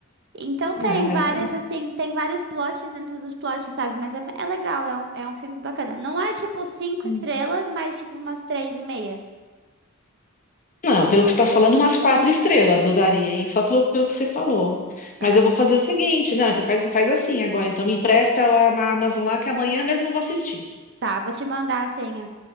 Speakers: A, on the right (about 55°); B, on the left (about 35°).
A: Então tem
B: Ah, mas
A: várias, assim, tem vários plots dentro dos plots, sabe? Mas é, é legal, é um, é um filme bacana. Não é tipo cinco
B: hum,
A: estrelas, mas tipo umas três e meia.
B: Não, pelo que você está falando, umas quatro estrelas eu daria, hein? Só pelo, pelo que você falou.
A: É.
B: Mas eu vou fazer o seguinte, não, então faz, faz assim agora. Então me empresta a Amazon lá que amanhã mesmo eu vou assistir.
A: Tá, vou te mandar a senha.